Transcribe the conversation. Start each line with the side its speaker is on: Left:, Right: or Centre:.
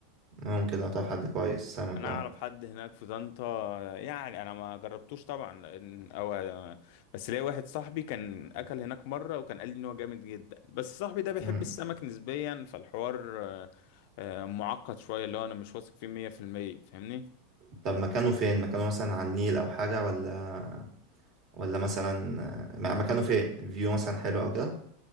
Right: ممكن لو تعرف حد كويس سمك
Left: انا
Right: اه
Left: اعرف حد هناك في طنطا يعني انا ما جربتوش طبعا لأن- او بس ليا واحد صاحبي كان اكل هناك مره وكان قال لي ان هو جامد جدا بس صاحبي ده بيحب
Right: مم.
Left: السمك نسبيا فالحوار آه، آه، معقد شويه اللي هو انا مش واثق فيه 100% فاهمني
Right: طب مكانه فين مكانه مثلا على النيل او حاجه ولا ولا مثلا آه، مكانه فين فيو مثلا حلو او كده